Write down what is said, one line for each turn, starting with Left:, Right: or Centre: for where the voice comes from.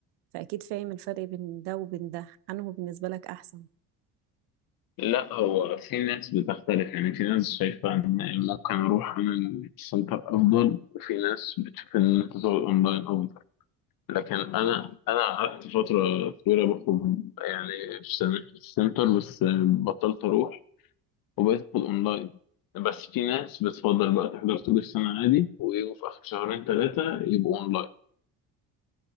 Right: فاكيد فاهم الفرق بين ده وبين ده انه بالنسبة لك احسن
Left: لا هو في ناس بتختلف يعني في ناس شايفه ان ممكن اروح اعمل سنتر افضل وفي ناس بتشوف ان انت تقعد اونلاين افضل لكن انا انا قعدت فتره طويله باخد يعني في سن- في السنتر بس بطلت اروح وبقيت اخد اونلاين بس في ناس بتفضل بقى تحضر طول السنه عادي ويجوا في اخر شهرين ثلاثه يبقوا اونلاين